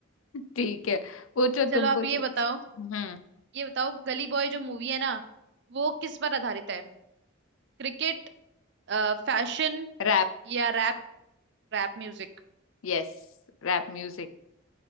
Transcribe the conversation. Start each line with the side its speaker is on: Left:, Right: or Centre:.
Left: ठीक है पूछो
Right: चलो
Left: तुम
Right: आप
Left: पूछो
Right: ये बताओ
Left: Hmm
Right: ये बताओ गली बॉय जो मूवी है ना वो किस पर आधारित है क्रिकेट फैशन
Left: Rap
Right: या रैप रैप म्यूजिक
Left: Yes Rap music